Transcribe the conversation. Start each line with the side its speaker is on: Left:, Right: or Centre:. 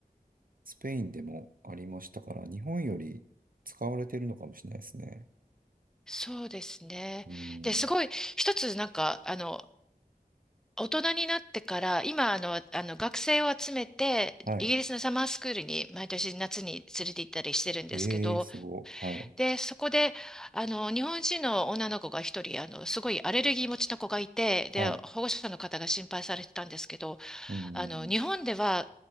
Right: スペインでもありましたから、日本より使われてるのかもしれないですね。
Centre: そうですね。
Right: うん。
Centre: で、すごい、一つなんか、あの、大人になってから、今、あの、あの、学生を集めて、
Right: はい。
Centre: イギリスのサマースクールに毎年夏に連れて行ったりしてるんですけど、
Right: ええすごい。はい。
Centre: で、そこで、あの、日本人の女の子が一人、あの、すごいアレルギー持ちの子がいて、で、
Right: はい。
Centre: 保護者の方が心配されてたんですけど、
Right: うん。
Centre: あの、日本では、